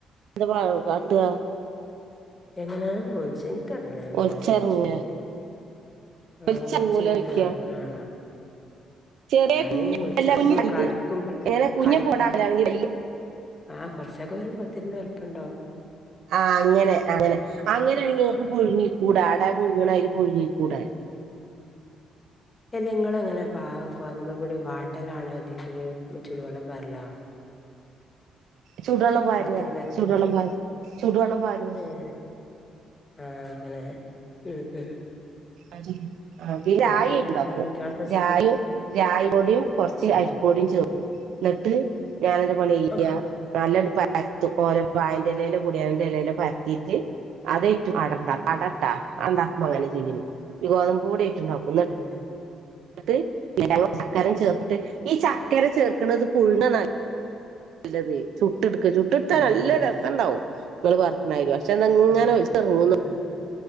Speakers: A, on the right (about 80°); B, on the left (about 25°).
A: എന്തപ കാട്ടുക
B: എങ്ങനെത എനിക്കറിണ്ട്
A: ഒലിച്ചിറങ്ങ
B: ചെയ്യല ആഹ്
A: ഒലിച്ചിറങ്ങൂല
B: ഒലിച്ങ്ങനെ
A: വെക്കാ
B: ഇറങ്ങണ കാണാ
A: ചെറിയ
B: അത്
A: കുഞ്ഞ
B: ഒലിച് ഇറങ്ങുമ്പോ
A: കുഞ്ഞ
B: കടിക്കുമ്പ
A: എങ്ങനെ കുഞ്ഞപ്പ
B: കടിക്കും
A: ഉണ്ടാക്കലാണെങ്കിൽ
B: ആഹ് കൊറച്ചൊക്കെ ഒരു പത്തിരിന്റെ വല്പ്പം ഉണ്ടാവും
A: ആഹ് അങ്ങനെ അങ്ങനെ അങ്ങനെ ആണെങ്കിൽങ്ങക്ക് പുഴുങ്ങിക്കൂടാ അട പുഴുങ്ങണാതിരി പുഴുങ്ങിക്കൂടാ
B: അല്ല ഇങ്ങള് എങ്ങനെ പ ഗോതമ്പപൊടി വാട്ടലാണോ അല്ലെങ്കില് ചുടുവെള്ളം പാരലോ
A: ചൂടുവെള്ളം ഒഴിക്ക
B: പത്തിരി പരത്താൻ
A: ചൂടുവെള്ളം ഒഴിക്കാ ചൂടുവെള്ളം ഒഴിക്ക
B: ഏഹ് ആഹ് അങ്ങനെ മ്മ് മ്മ്
A: ആ പിന്നെ
B: പിന്നെന്തൊക്കെ
A: ആരിട്ടണ്ടാക്കും
B: കുട്ട്യാൾക്ക്
A: രായ
B: സ്കൂൾ
A: രായോടിയും കുറച്ച്
B: ആഹ്
A: അരിപ്പോടിയും ചേർക്കും എന്നിട്ട് ഞാനെന്ത്‌ പണിചെയ്യ
B: ആഹ്
A: നല്ലൊരു
B: ഉം
A: പ പരത്തും ഓരോ വാഴന്റെ ഇലയിലും കുടിയാണ്ട് ഇലലോ പരത്തിയിട്ട് അത് ഏറ്റും
B: ആഹ്
A: ക ാ അതെന്താകും <unintelligible> അങ്ങനെ ചെയ്യും പിന്നെ ഗോതമ്പ് പൊടി കൂടിയിട്ടുണ്ടാക്കും
B: ഉം
A: <unintelligible> ചക്കര ചേർത് ഈ ചക്കര ചേർക്കണത് പുഴണ് നല്ല പേ ചുട്ട് എടുക്ക ചുട്ട് എടുത്താൽ
B: ആഹ്
A: നല്ല രസം ഉണ്ടാവും നിങ്ങള് പറഞ്ഞമാതിരി പക്ഷെ ഇങ്ങനെ
B: ആഹ്
A: ഒലിച് ഇറങ്ങന്നൊള്ളു
B: ആഹ്